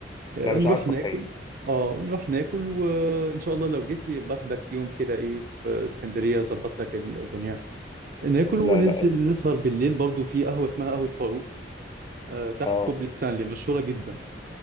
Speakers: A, on the right; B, on the left.
A: آه،
B: لا مش
A: نروح
B: عارفه
A: ناكل
B: الحقيقة
A: اه نروح ناكل وان شاء الله لو جيت لي باخدك يوم كده ايه في اسكندريه اظبط لك الدنيا ناكل
B: لا
A: وننزل
B: لا
A: نسهر بالليل برضو في قهوه اسمها قهوه فاروق آه، تحت
B: اه
A: كوبري ستانلي مشهوره جدا